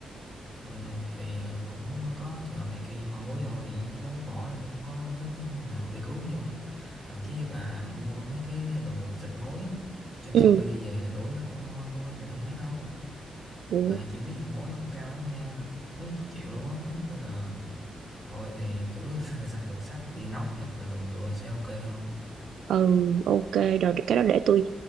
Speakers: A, in the centre; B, on the right (about 80°).
A: ừ, thì ờ, cũng có trường hợp này kia nhưng mà mua vô thì nó có nước bỏ rồi chứ không có nước nào để cứu chứ thậm chí bà mua mấy cái đồ xịt mối á, trên
B: ừ.
A: Shopee về đổi nó cũng không ăn thua nhiều năm mấy đâu
B: ừ
A: mà chi phí diệt mối nó cũng cao lắm nha mấy chục triệu luôn á nên là thôi thì cứ <laughs> xài đồ sắt inox hoặc là đồ nhựa sẽ ok hơn
B: ừ ok rồi cái đó để tôi